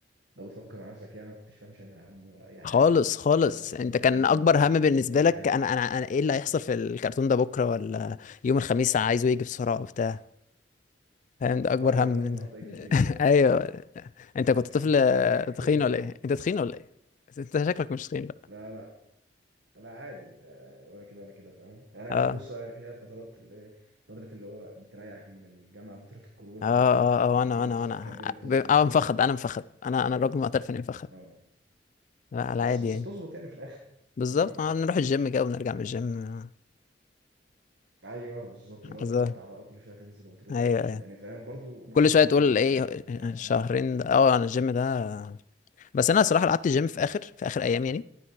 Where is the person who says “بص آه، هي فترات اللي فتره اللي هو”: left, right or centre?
Right